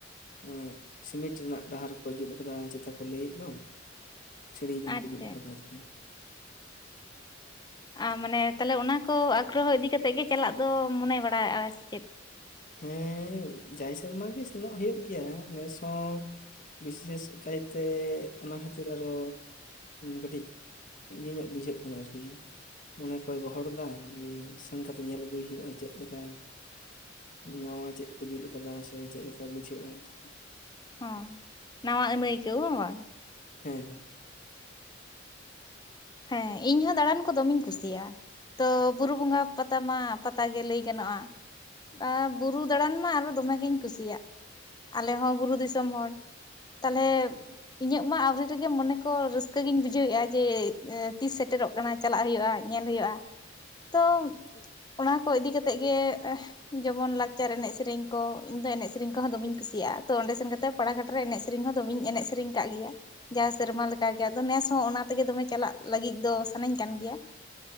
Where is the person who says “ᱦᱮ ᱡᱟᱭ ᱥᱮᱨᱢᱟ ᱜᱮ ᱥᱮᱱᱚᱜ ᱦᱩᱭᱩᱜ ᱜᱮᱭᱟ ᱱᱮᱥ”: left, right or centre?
Left